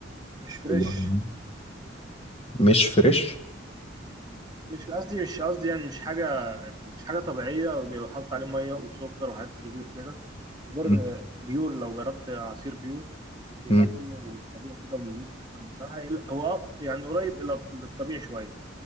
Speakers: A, on the right; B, on the left.
A: مش فريش
B: <laughs> مش فريش
A: مش قصدي مش قصدي يعني مش حاجه مش حاجه طبيعيه وبيبقى حاطط عليه ميه وسكر وحاجات كتير كده غير
B: مم.
A: بيور لو جربت عصير بيور يبقى
B: مم.
A: كله طبيعي كده ومن غير سكر بصراحه هو أق- يعني قريب الى للطبيعي شويه